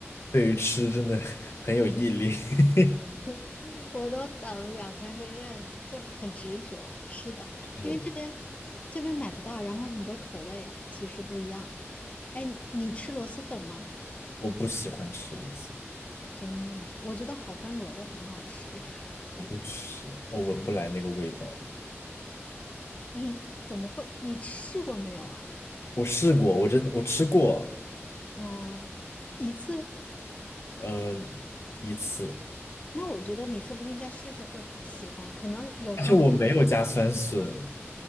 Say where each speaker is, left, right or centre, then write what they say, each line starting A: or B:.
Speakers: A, on the left (about 65°); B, on the left (about 30°).
A: 对于吃真的很有毅力。<laughs>
B: <laughs> 我都等两三个月呢，就很执着。是的，
A: 嗯
B: 因为这边这边买不到，然后很多口味其实不一样。哎，你吃螺蛳粉吗？
A: 我不喜欢吃螺蛳粉，
B: 真的吗？我觉得好欢螺的很好吃。<laughs>
A: 我不吃，我闻不来那个味道。
B: 你怎么会？你试过没有啊？
A: 我试过，我真的我吃过，
B: 哦，一次？
A: 呃，一次，
B: 那我觉得你说不定再试试会喜欢。可能有时候
A: 而且我没有加酸笋，